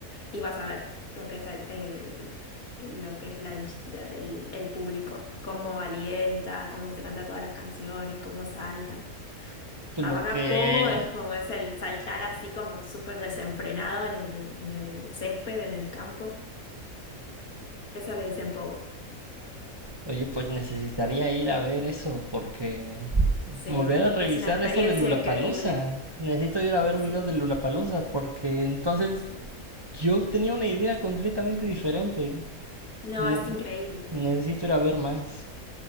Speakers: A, on the left; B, on the right.
A: y vas a ver lo que es el, el- lo que es la hinch- la- el, el público, cómo alienta, cómo se canta todas las canciones, cómo saltan.
B: pues
A: Acá
B: lo que...
A: Pogo es como es el saltar así como súper desenfrenado en el, en el césped, en el campo. Eso le dicen Pogo.
B: Oye, pues necesitaría ir a ver eso porque...
A: Sí,
B: Volver a revisar
A: es una experiencia
B: eso de Lulapalooza.
A: increíble.
B: Necesito ir a ver
A: Sí,
B: videos de Lulapalooza porque entonces yo tenía una idea completamente diferente.
A: no,
B: Ne-
A: es increíble.
B: necesito ir a ver más.